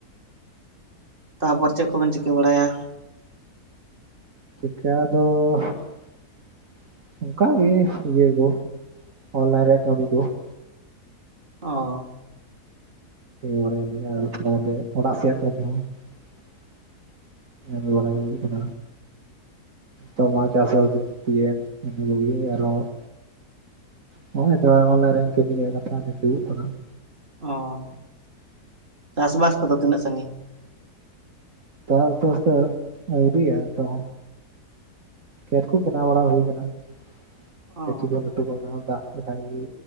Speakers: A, on the right; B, on the right.
A: ᱛᱟᱯᱚᱨ ᱪᱮᱫ ᱠᱚᱵᱮᱱ ᱪᱤᱠᱟᱹ ᱵᱟᱲᱟᱭᱟ?
B: ᱪᱤᱠᱟ ᱫᱚᱻ <unintelligible> ᱚᱱᱠᱟᱜ ᱜᱮ ᱤᱭᱟᱹ ᱠᱚ ᱦᱚᱱᱞᱮᱱ ᱨᱮᱭᱟᱜ ᱠᱟᱹᱢᱤ ᱠᱚ <unintelligible>
A: ᱚᱸᱻ
B: ᱦᱚᱸ <inaudible> <unintelligible> ᱚᱲᱟᱜ ᱥᱮᱭᱟᱜ ᱠᱟᱹᱢᱤ ᱦᱚᱸ᱾ <unintelligible> ᱛᱚ ᱢᱟ ᱪᱟᱥ <unintelligible> ᱟᱨᱦᱚ <unintelligible> ᱱᱚᱜ-ᱚᱭ ᱛᱚ ᱚᱱᱞᱟᱭᱤᱱ ᱨᱮᱱ ᱠᱟᱹᱢᱤᱭᱟᱹ ᱜᱟᱯ ᱠᱤᱱ ᱫᱩᱲᱩᱵ ᱠᱟᱱᱟ ᱾
A: ᱚᱻ <inaudible> ᱪᱟᱥ- ᱵᱟᱥ ᱠᱚᱫᱚ ᱛᱤᱱᱟᱹᱜ ᱥᱟᱺᱜᱤᱧ?
B: ᱪᱟᱥ - ᱵᱟᱥ ᱛᱚ ᱟᱹᱣᱨᱤᱭᱚ ᱛᱚ ᱾ ᱠᱷᱮᱛ ᱠᱚ ᱵᱮᱱᱟᱣ ᱵᱟᱲᱟ ᱦᱩᱭ ᱟᱠᱟᱱᱟ ᱾
A: ᱚ
B: ᱜᱟᱪᱷᱤ ᱠᱚ ᱞᱟᱹᱴᱩ ᱠᱚ ᱚᱱᱟ ᱫᱟᱜ ᱞᱮᱠᱷᱟᱡ ᱜᱮ